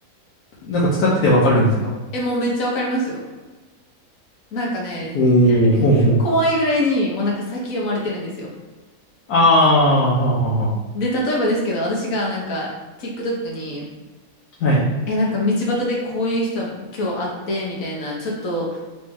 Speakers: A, on the left; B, on the left.
A: なんか使っててわかるんですか
B: え、もうめっちゃわかりますよ。なんかね、
A: ほう、
B: <laughs>
A: ほうほう。
B: 怖いぐらいにもうなんか先読まれてるんですよ。
A: ああ、はあはあは
B: で、例えばですけど、私がなんか TikTok に、
A: あ。はい。
B: え、なんか道端でこういう人今日会ってみたいな、ちょっと、